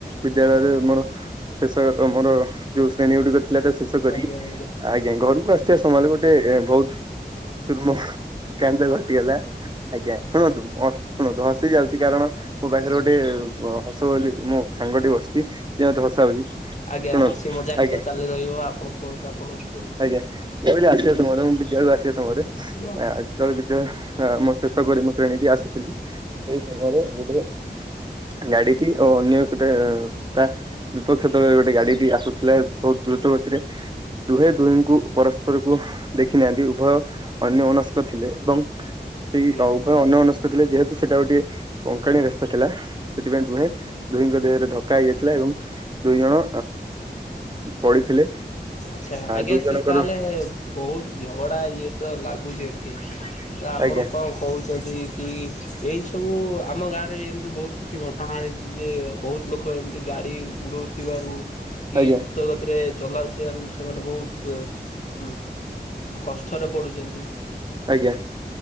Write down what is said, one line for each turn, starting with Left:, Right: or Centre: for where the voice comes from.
Right: ବିଦ୍ୟାଳୟରେ ମୋର ଶେଷ ଆମର ଯୋଉ ଶ୍ରେଣୀ ଗୁଡିକ ଥିଲା ତା ଶେଷ କରିକି
Left: ଆଜ୍ଞା ଆଜ୍ଞା
Right: ଆ ୟାଙ୍କ ଘରକୁ ଆସଥିବା ସମୟରେ ଗୋଟେ ବହୁତ ତୁର୍ମ କାଣ୍ଡ ଘଟିଗଲା ଆଜ୍ଞା ଶୁଣନ୍ତୁ, ଶୁଣନ୍ତୁ ହସି ଯାଉଛି କାରଣ ମୋ ପାଖରେ ଗୋଟେ ହସ ବୋଲି ମୋ ସାଙ୍ଗ ଟିକ ବସିଛି ଯେ ମତେ ହସାଉଛି।
Left: ଆଜ୍ଞା
Right: ଶୁଣନ୍ତୁ
Left: ହସି ମଜାକ
Right: ଆଜ୍ଞା
Left: ତ ଚାଲି ରହିବ ଆପଣ କୁହନ୍ତୁ ଆପଣଙ୍କ ଷ୍ଟୋରି।
Right: ଆଜ୍ଞା। ମୁଁ କହିଲି ଆସିବା ସମୟରେ ବିଦ୍ୟାଳୟ ଆସିବା ସମୟରେ ସେତେବେଳେ
Left: ଆଜ୍ଞା
Right: ବିଦ୍ୟାଳୟ ଶେଷ କରି ମୋ ଶ୍ରେଣୀକି ଆସୁଥିଲି ସେଇ ସମୟରେ ଗୋଟେ ଗାଡିଟି ଓ ଅନ୍ୟ ଗୋଟେ ତା ବିପକ୍ଷ ଦଳରେ ଗୋଟେ ଗାଡିଟି ଆସୁଥିଲେ ବହୁତ ଦ୍ରୁତ ଗତିରେ ଦୁହେଁ ଦୁହିଁଙ୍କୁ ପରସ୍ପରକୁ ଦେଖି ନାହାନ୍ତି ଉଭୟ ଅନ୍ୟମନସ୍କ ଥିଲେ ଏବଂ ସେଇ ଉପରେ
Left: ଆଜ୍ଞା।
Right: ଅନ୍ୟମନସ୍କ ଥିଲେ ଯେହେତୁ ସେଟା ଗୋଟେ ବଙ୍କାଣି ରା ଥିଲା ସେଥିପାଇଁ ଦୁହେଁ ଦୁହିଁଙ୍କ ଦେହରେ ଧକ୍କା ହେଇଯାଇଥିଲା ଏବଂ ଦୁହିଜଣ ପଡିଥିଲେ।
Left: ଆଚ୍ଛା ଆଜ୍ଞା
Right: ଦୁଇ
Left: ସେ
Right: ଜଣଙ୍କର
Left: ତାହେଲେ ବୋହୁତ ଝଗଡ଼ା ଇଏତ ଲାଗୁଚି ଏଠି ତ ଆପଣ
Right: ଆଜ୍ଞା
Left: କଣ କୋହୁଚନ୍ତି କି ଏଇ ସବୁ ଆମ ଗାଁରେ ଏମତି ବୋହୁତ କିଛି ଘଟଣା ହେଇଛି ଯେ ବୋହୁତ ଲୋକ ଏମତି ଗାଡ଼ି ଉଡ଼ୋଉଥିବାରୁ କି
Right: ଆଜ୍ଞା
Left: ଦ୍ରୁତଗତିରେ ଚଲାଉ ଥିବାରୁ ସେମାନେ ବୋହୁତ ଏ ଉଁ କଷ୍ଟରେ ପଡୁଚନ୍ତି।
Right: ଆଜ୍ଞା